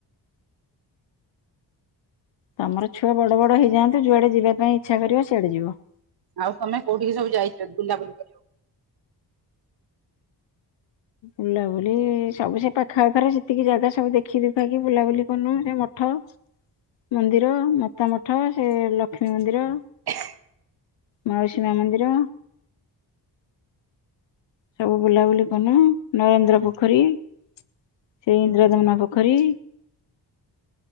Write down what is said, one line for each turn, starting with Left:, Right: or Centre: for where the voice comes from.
Left: ତମର ଛୁଆ ବଡ ବଡ ହେଇଯାଆନ୍ତୁ ଯୁଆଡେ ଯିବା ପାଇଁ ଇଚ୍ଛା କରିବ ସିଆଡେ ଯିବ।
Right: ଆଉ ତମେ କୋଉଠିକି ସବୁ ଯାଇଛ ବୁଲାବୁଲି କରିବାକୁ?
Left: ବୁଲାବୁଲି ସବୁ ସେ ପାଖାପଖରେ ସେତିକି ଜାଗା ସବୁ ଦେଖି ଦୁଖାକି ବୁଲାବୁଲି କନୁ ସେ ମଠ ମନ୍ଦିର ମାତା ମଠ ସେ ଲକ୍ଷ୍ମୀ ମନ୍ଦିର।
Right: <inaudible>
Left: ମାଉସୀ ମା ମନ୍ଦିର। ସବୁ ବୁଲାବୁଲି କନୁ ନରେନ୍ଦ୍ର ପୋଖରୀ। ସେଇ ଇନ୍ଦ୍ରଦମନା ପୋଖରୀ।